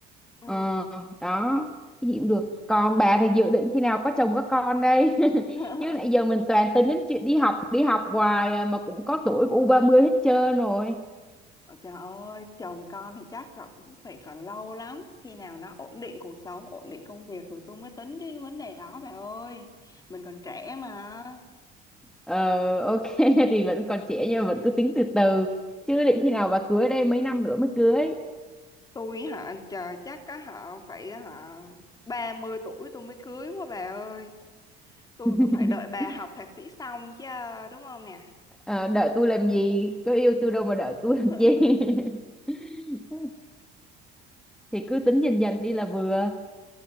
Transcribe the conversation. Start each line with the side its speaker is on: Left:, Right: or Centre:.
Left: Ừ.
Centre: Ờ, đó cái gì cũng được còn bà thì dự định khi nào có chồng có con đây <laughs>
Left: <laughs>
Centre: chứ nãy giờ mình toàn tính đến chuyện đi học đi học hoài à, mà cũng có tuổi của u 30 hết trơn rồi
Left: Ôi Trời ơi, chồng con thì chắc còn cũng phải còn lâu lắm Khi nào nó ổn định cuộc sống, ổn định công việc Rồi tôi mới tính cái vấn đề đó bà ơi Mình còn trẻ mà
Centre: Ờ, ok <laughs> thì vẫn còn trẻ nhưng mà vẫn cứ tính từ từ chứ định khi nào bà cưới đây mấy năm nữa mới cưới
Left: tôi hả chờ chắc á họ phải hả 30 tuổi tôi mới cưới quá bà ơi tôi
Centre: <laughs>
Left: cũng phải đợi bà học thạc sĩ xong chứ đúng không nè
Centre: Ờ, đợi tôi làm gì có yêu tôi đâu mà đợi tôi làm
Left: <laughs>
Centre: chi <laughs> thì cứ tính dần dần đi là vừa